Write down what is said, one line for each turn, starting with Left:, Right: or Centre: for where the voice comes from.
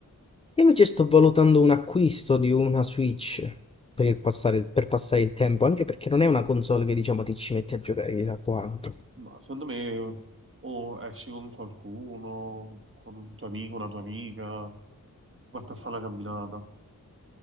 Left: Io invece sto valutando un acquisto di una Switch per il passare, per passare il tempo, anche perché non è una console che diciamo ti ci metti a giocare chissà quanto.
Right: Ma secondo me o esci con qualcuno, con un tuo amico, una tua amica, vatti a fare una camminata.